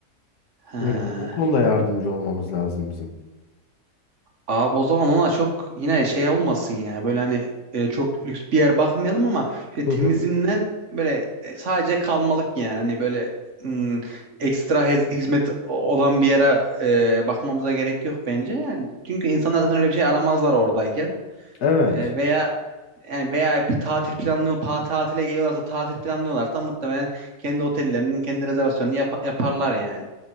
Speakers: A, on the right; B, on the left.
A: He.
B: Ee, O konuda yardımcı olmamız lazım bizim.
A: Abi o zaman ona çok yine şey olmasın ya. Böyle hani e, çok lüks bir yer bakmayalım ama işte temizinden
B: Hı hı.
A: böyle e, sadece kalmalık yani. Hani böyle hmm, ekstra hez- hizmet olan bir yere e, bakmamıza gerek yok bence. Yani çünkü insanlar zaten öyle bir şey aramazlar oradayken.
B: Evet.
A: E, veya yani veya bir tatil planlıyor, pa tatile geliyorlarsa tatil planlıyorlarsa muhtemelen kendi otellerinin kendi rezervasyonunu yap- yaparlar yani.